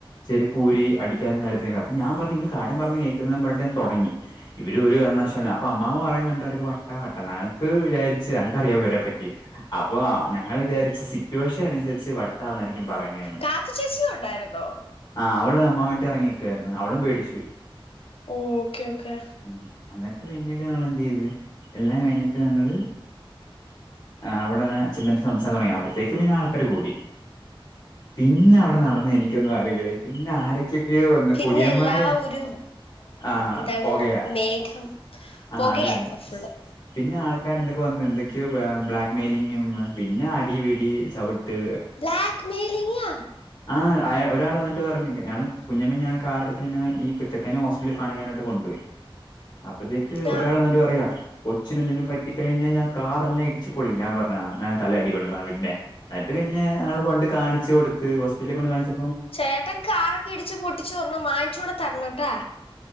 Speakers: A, on the left (about 50°); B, on the left (about 80°).
A: ചെരിപ്പൂരി അടിക്കാനും കാര്യത്തിലൊക്കെ അപ്പൊ ഞാൻ പറു നിങ്ങള് കാര്യം പറഞ് കേൾക്കുന്ന പറഞ്ഞിട്ടേ തുടങ്ങി ഇവര് ഒരു കാരണവശാലും അപ്പൊ അമ്മാമ പറയുന്നുണ്ട് അവർക്ക് വട്ട വട്ട ഞങ്ങൾക്ക് വിചാരിച്ച് ഞങ്ങക്ക് അറിയാം ഇവരെ പറ്റി അപ്പൊ ഞങ്ങൾ വിചാരിച്ച് സിറ്റുവേഷൻ അനുസരിച്ച് വട്ടന്നായിരിക്കും പറയ്ണേ
B: കാത്തു ചേച്ചിയും ഉണ്ടായിരുന്നോ
A: ആഹ് അവള് അമ്മ വമായിട്ടി ഇറങ്ങിക്കുവായിരുന്നു അവളും പേടിച്ച പോയി
B: ഓ ഓക്കെ ഓക്കെ
A: ഉം എന്നിട്ട് പിന്നീട് ഞങ്ങൾ എന്ത് ചെയ്ത് എല്ലാം കഴിഞ്ഞിട്ട് ഞങ്ങള് അവിടെ ചെന്നിട്ട് സംസം തുടങ്ങിയ അപ്പോഴത്തേക്ക് പിന്നെ ആൾക്കാര് കൂടി പിന്നെ അവിടെ നടന്ന് എനിക്കൊന്നും അറിയില്ലല്ലേ പിന്നെ ആരൊക്കെ യ്യോ ഒന്ന്
B: പിന്നെ
A: കുടിയന്മാര്
B: എല്ലാ ഒരു
A: ആഹ്
B: എന്താണ്
A: പുകയാ
B: ഒരു മേഘം
A: ആഹ്
B: പുകയായിരുന്നു
A: അത് തന്നെ
B: ഫുള്ള്
A: പിന്നെ ആൾക്കർ എന്തൊക്കെ വന്ന് എന്തൊക്കെയോ ബ്ലാക്ക് മെയിലിങ്ങും പിന്നെ അടിപിടി ചവിട്ട്
B: ബ്ലാക് മെയ്ലിങ്ങോ
A: ആഹ് ഒരാൾ വന്നിട്ട് പറഞ്ഞ ഞങ്ങള് കുഞ്ഞമ്മേ കാർടുത്ത് പിന്നെ ഈ കൊച്ചക്കനെ ഹോ കാണിക്കാനായിട്ട് കൊണ്ടുപോയി അപ്പഴത്തേക്ക് ഒരാൾ
B: ആ
A: വന്നിട്ട് പറയാ കൊച്ചിനെലും പറ്റി കഴിഞ്ഞാൽ ഞാൻ കാറെല്ലാം ഇടിച്ച്പൊളി ഞാൻ പറഞ്ഞാ ഞാൻ തല അടിക്കൊണ്ടുന്ന പിന്നെ എന്നട്ട് പിന്നെ ഞങൾ കൊണ്ട് കാണിച്ചു കൊടുത്ത് ഹോസ്പിറ്റലിൽ കൊണ്ട് കാണിച്ചു
B: ചേട്ടൻ കാറൊക്കെ ഇടിച്ച് പൊട്ടിച്ചോർണം വാങ്ങിച്ചൂടെ തരണംട്ടാ